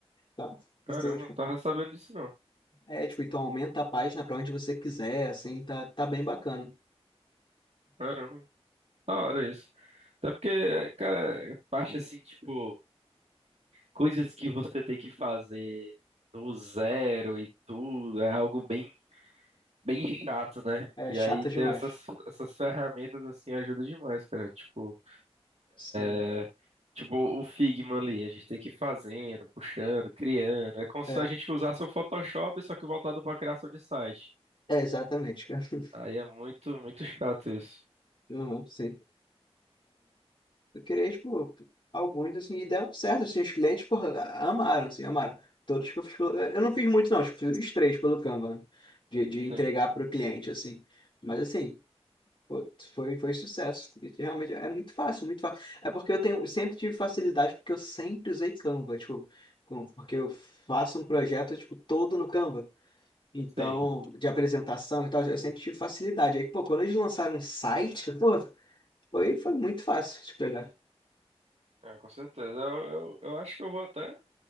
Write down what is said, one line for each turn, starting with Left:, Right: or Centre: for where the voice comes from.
Left: Tá?
Right: Caramba,
Left: Então, tipo,
Right: não tava sabendo disso não.
Left: é, tipo, então aumenta a página pra onde você quiser, assim, tá, tá bem bacana.
Right: Caramba, da hora isso. Até porque, cara, parte assim, tipo, coisas que você tem que fazer do zero e tudo, é algo bem, bem chato, né?
Left: É
Right: E
Left: chata
Right: aí ter
Left: demais.
Right: essas, essas ferramentas, assim, ajuda demais, cara. Tipo,
Left: Sim.
Right: É, Tipo, o Figma ali, a gente tem que ir fazendo, puxando, criando. É como
Left: É,
Right: se a gente usasse o Photoshop, só que voltado pra criação de site.
Left: é exatamente, cara. <laughs>
Right: Aí é muito, muito chato isso.
Left: Uhum, sim. Eu criei, tipo, alguns, assim, e deram certo, assim, os clientes, porra, amaram, assim, amaram. Todos que eu fiz pelo... Eu não fiz muito, não, tipo, fiz uns três pelo Canva, né? de, de
Right: Sim,
Left: entregar para o cliente, assim. Mas, assim, pô, foi, foi sucesso. E Realmente é muito fácil, muito fácil. É porque eu tenho, sempre tive facilidade, porque eu sempre usei Canva, tipo, com- porque eu faço um projeto, tipo, todo no Canva. Então,
Right: sim.
Left: de apresentação e tal, eu sempre tive facilidade. Aí, pô, quando eles lançaram um site, pô, foi, foi muito fácil de pegar.
Right: É, com certeza. Eu, eu, eu acho que eu vou até